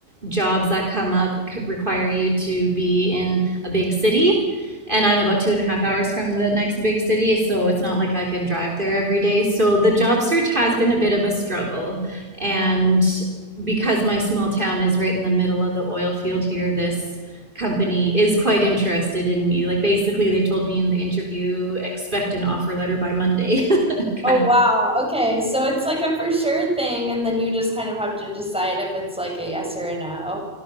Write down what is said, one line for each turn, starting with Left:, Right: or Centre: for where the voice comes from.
Right: jobs that come up c- require you to be in a big city. And I'm about two and a half hours from the next big city, so it's not like I could drive there every day. So the job search has been a bit of a struggle. And because my small town is right in the middle of the oil field here, this company is quite interested in me. Like basically, they told me in the interview, expect an offer letter by Monday. <laughs>
Centre: Oh
Right: Kind of.
Centre: wow. Okay. So it's like a for sure thing and then you just kind of have to decide if it's like a yes or a no.